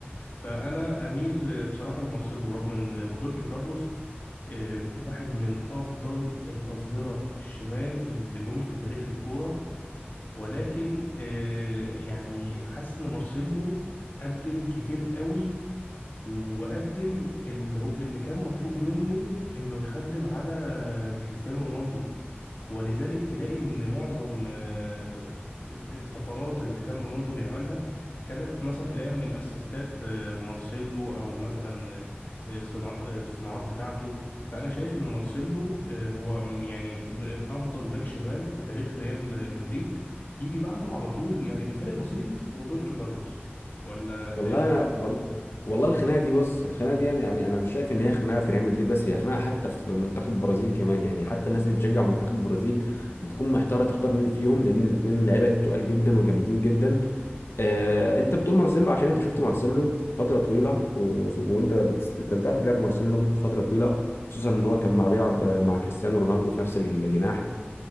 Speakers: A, on the left; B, on the left.
A: فأنا أميل آه، بصراحة لمارسيلو رغم إن روبرتو كارلوس آه، واحد من أفضل الأظهرة الشمال اللي جم في تاريخ الكورة ولكن آه، يعني حاسس إن مارسيلو قدم كتير قوي وقدم اللي هو اللي كان مطلوب منه انه يخدم على كريستيانو رونالدو ولذلك تلاقي ان معظم آه، الطفرات اللي كان رونالدو بيعملها كانت مثلا تلاقيها من اسيستات آه، مارسيلو او مثلا آه، صناع- آه، الصناعات بتاعته فانا شايف ان مارسيلو آه، هو م- يعني من افضل باك شمال في تاريخ ريال مدريد يجي بعده على طول يعني بفرق بسيط روبرتو كارلوس ولا انت
B: والله
A: ايه رأيك
B: انا وال... والله الخناقه دي بص الخناقه دي يعني, يعني انا مش شايف ان هي خناقه في ريال مدريد بس هي خناقه حتى في منتخب البرازيل كمان يعني حتى الناس اللي بتشجع منتخب البرازيل بتكون محتاره تختار مين فيهم لان الاثنين لعيبه تقال جدا وجامدين جدا آه، انت بتقول مارسيلو عشان انت شفت مارسيلو فتره طويله و... وانت بتست- استمتعت بلعب مارسيلو فتره طويله خصوصا ان هو كان مع بيلعب مع كريستيانو رونالدو في نفس الجناح